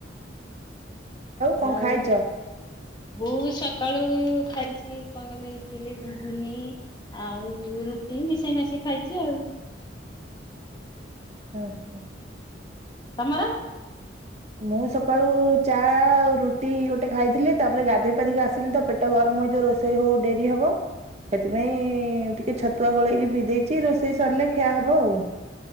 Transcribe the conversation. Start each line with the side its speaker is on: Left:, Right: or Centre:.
Right: କଣ
Left: ଆଉ
Right: ଖାଇଛ?
Left: ବହୁତ ସକାଳୁ ଖାଇଛି କଣ କହିଲେ ଇଟିଲି ଘୁଗୁନି। ଆଉ ରୁଟି ମିଶେଇ ମାଶେଇ ଖାଇଛି ଆଉ।
Right: ହଁ ହଁ।
Left: ତମର?
Right: ମୁଁ ସକାଳୁ ଚା ଆଉ ରୁଟି ଗୋଟେ ଖାଇଥିଲି ତାପରେ ଗାଧୋଇ ପାଧେଇକି ଆସିଲି ତ। ପେଟ ଗରମ ହେଇଯିବ ରୋଷେଇ ହଉ ହଉ ଡେରି ହବ। ସେଥିପାଇଁ ଟିକେ ଛତୁଆ ଗୋଳେଇକି ପି ଦେଇଛି ରୋଷେଇ ସରିଲେ ଖିଆ ହବ ଆଉ।